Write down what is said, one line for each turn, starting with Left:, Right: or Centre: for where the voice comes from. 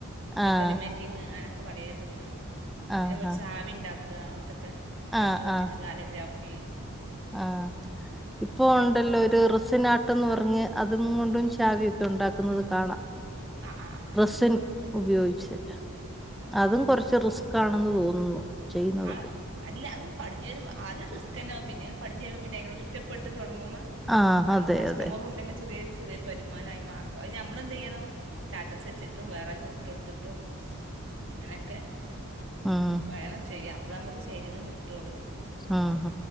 Right: ഇതിന്റെ
Centre: ആഹ്
Right: ഇതിമേ മേക്കിങ് അങ്ങനൊക്കെ പലേതുണ്ട് പിന്നെ
Centre: ആഹ്
Right: നമ്മൾ ചാവി ഉണ്ടാക്ക അങ്ങനത്തൊക്കെ പശ
Centre: ആഹ്
Right: വെച്ചിട്ട്
Centre: ആഹ്
Right: കാലിഗ്രഫി
Centre: ആഹ് ഇപ്പൊ ഉണ്ടല്ലോ
Right: വർക്കുണ്ട്
Centre: ഒരു റിസിനാ- ട്ടെന്ന് പറഞ്ഞ് അതും കൊണ്ടും ചാവിയൊക്കെ ഉണ്ടാക്കുന്നത് കാണാം
Right: ആഹ് ആഹ് ആഹ്
Centre: റസിന്
Right: അതന്നെ
Centre: ഉപയോഗിച്ച്
Right: ആഹ്
Centre: അതും കൊറച്ച് റിസ്കാണെന്ന് തോന്നുന്നു ചെയ്യുന്നതൊക്കെ
Right: ആഹ് അല്ല അങ് പടിഞ്ഞു വരും ആദ്യം റിസ്ക് ന്നാകും പിന്നേ പടിഞ്ഞു വരുമ്പോ അതിനോട് ഇഷ്ടപ്പെട്ട് തുടങ്ങുമ്മ
Centre: ആഹ്
Right: നമ്മുക്ക്സ്റ്റമറ്
Centre: അതെ അതെ
Right: ഉണ്ടങ്ങെ ചെറിയ സ് - ചെറിയൊരു വരുമാനമായി മാറും അയിനു ഞമ്മൾെന്ത് ചെയ്യണം സ്റ്റാറ്റസ് വെച്ചിട്ടും വേറാൾക്കു വിട്ടോടുത്തുട്ടും അങ്ങനെക്കെ
Centre: ഉം
Right: വേണം ചെയ്യാം അപ്പളെ നമ്മക്ക് സൈലിങ്ങ് കിട്ടുള്ളു
Centre: അഹ അഹ